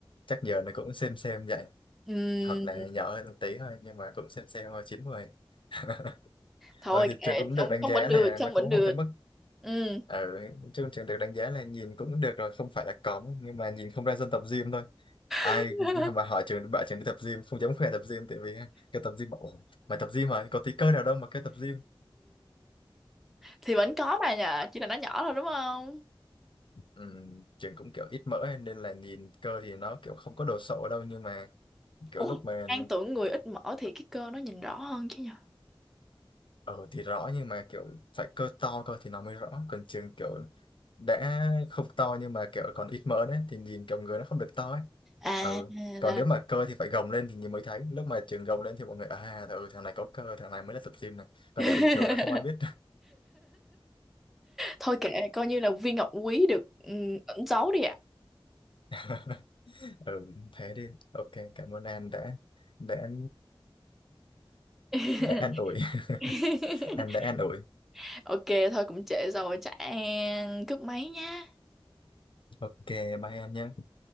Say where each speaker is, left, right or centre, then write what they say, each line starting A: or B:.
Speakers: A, on the left; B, in the centre.
A: chắc giờ nó cũng xem xem vậy
B: Ừm,
A: hoặc là nhỏ hơn một tí thôi nhưng mà cũng xem xem thôi chín mười <laughs>
B: thôi
A: ừ thì
B: kệ,
A: trường cũng được
B: trông
A: đánh
B: trông
A: giá
B: vẫn được,
A: là
B: trông
A: nó
B: vẫn
A: cũng
B: được.
A: không tới mức
B: Ừ.
A: ừ trường trường được đánh giá là nhìn cũng được rồi không phải là cóng nhưng mà nhìn không ra dân tập gym thôi ai
B: <laughs>
A: mà hỏi trường bảo trường đi tập gym không dám khoe tập gym tại vì cái tập gym bảo "Ủa, mày tập gym mà có tí cơ nào đâu mà cái tập gym
B: Thì vẫn có mà nhờ, chỉ là nó nhỏ thôi đúng không?
A: Ừm, trường cũng kiểu ít mỡ ấy, nên là nhìn cơ thì nó kiểu không có đồ sộ đâu nhưng mà kiểu
B: Ủa,
A: lúc mà
B: An tưởng người ít mỡ thì cái cơ nó nhìn rõ hơn chứ nhờ.
A: ở thì rõ nhưng mà kiểu phải cơ to cơ thì nó mới rõ còn trường kiểu đã không to nhưng mà kiểu còn ít mỡ đấy thì nhìn kiểu người nó không được to ấy
B: À,
A: ừ. còn
B: là...
A: nếu mà cơ thì phải gồng lên thì nhìn mới thấy lúc mà trường gồng lên thì mọi người à ừ, thằng này có cơ thằng này mới là tập gym này còn
B: <laughs>
A: để bình thường là không ai biết
B: Thôi kệ, coi như là viên ngọc quý được ừm, ẩn giấu đi ạ.
A: <laughs> ừ thế đi ok cảm ơn An đã đã
B: <laughs>
A: đã an ủi <laughs> An đã an ủi
B: Ok, thôi cũng trễ rồi, chắc An cúp máy nha.
A: Ok, bye em nhé.